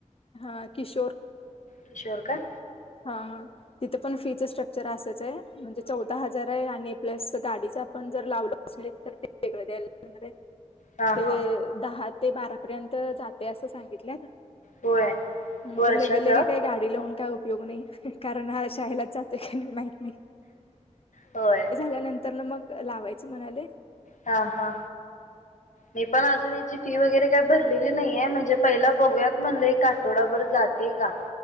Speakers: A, on the left (about 50°); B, on the left (about 85°).
A: हा किशोर
B: किशोर का
A: हा हा तिथ पण फी स्ट्रक्चर स्ट्रक्चर असच आहे म्हणजे चौदा हजार आहे आणि प्लस गाडीच आपण जर लावलो असल तर ते वेगळं द्यायला लागतय
B: हा
A: ते
B: हा
A: दहा. ते बारापर्यंत जाते असं सांगितलंत
B: होय
A: मग
B: वर्षाच
A: लगे लगे काय गाडी लावून काय योग नाही कारण हा शाळेलाच जातोय <unintelligible>
B: होय.
A: त्यानंतर ना मगं लावायचं म्हणालोय?
B: हा हा. मी पण अजून हेची फी वगैरे काही भरलेली नाहीये, म्हणजे पहिला बघूयात म्हणलं एक आठवडाभर जाते का